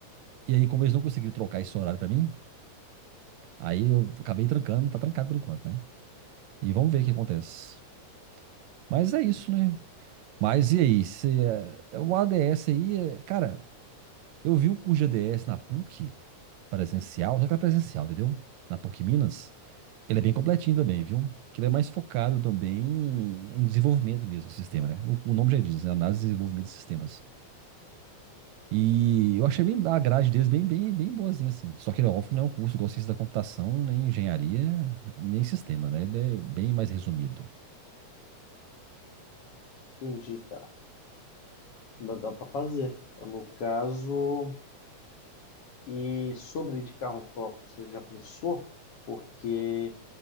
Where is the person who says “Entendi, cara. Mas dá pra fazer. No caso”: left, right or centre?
Left